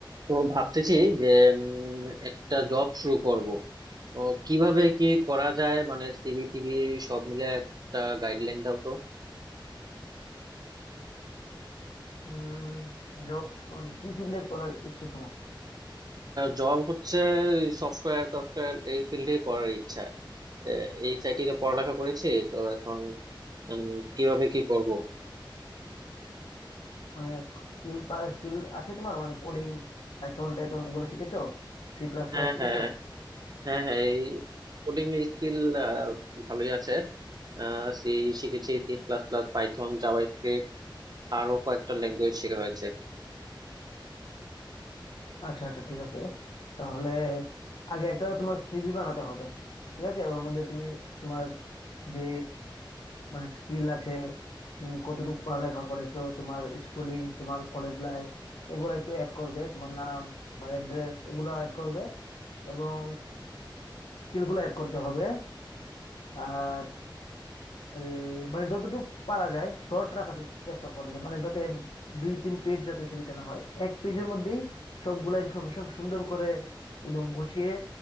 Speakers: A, on the right (about 50°); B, on the left (about 85°).
A: তো ভাবতেছি যে উম, একটা জব শুরু করব তো কিভাবে কি করা যায় মানে সিভি টিভি সব মিলে একটা গাইডলাইন দাও তো
B: উম job মানে কি ফিল্ডে করার ইচ্ছে তোমার
A: জব হচ্ছে সফটওয়্যার টফটওয়্যার এই ফিল্ডে করার ইচ্ছা আহ, এই সাইটে পড়ালেখা করেছি তো এখন উম, কিভাবে কি করব
B: মানে স্কিল স্কিল আছে তোমার মানে কোডিং পাইথন টাইথন এগুলো শিখেছো সি প্লাস
A: হ্যাঁ
B: প্লাস শিখেছো
A: হ্যাঁ হ্যাঁ হ্যাঁ এই কোডিং এর স্কিল ভালোই আছে সি শিখেছি C plus plus Python JavaScript আরো কয়েকটা ল্যাঙ্গুয়েজ শেখা হয়েছে
B: আচ্ছা আচ্ছা ঠিক আছে তাহলে আগে একটা তোমার সিভি বানাতে হবে ঠিক আছে ওর মধ্যে তুমি তোমার যে মানে স্কিল আছে তুমি কতটুকু পড়ালেখা করেছো তোমার স্কুলিং তোমার কলেজ লাইফ এগুলো একটু অ্যাড করবে তোমার নাম তোমার অ্যাড্রেস এগুলো অ্যাড করবে এবং স্কিলগুলো অ্যাড করতে হবে আর আহ, মানে যতটুকু পারা যায় শর্ট রাখার চে- চেষ্টা করবে মানে যাতে দুই তিন পেজ যাতে সিভিটা না হয় এক পেজের মধ্যেই সবগুলা ইনফরমেশন সুন্দর করে একদম গুছিয়ে